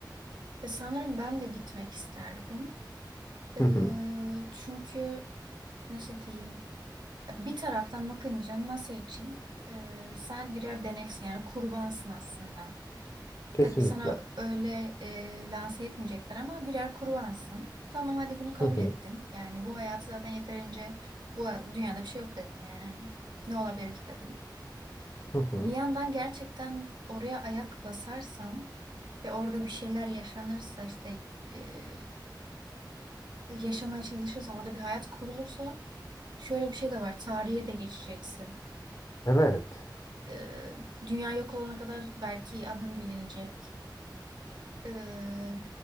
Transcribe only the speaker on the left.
Hı hı.
Kesinlikle.
Hı hı.
Hı hı.
Evet.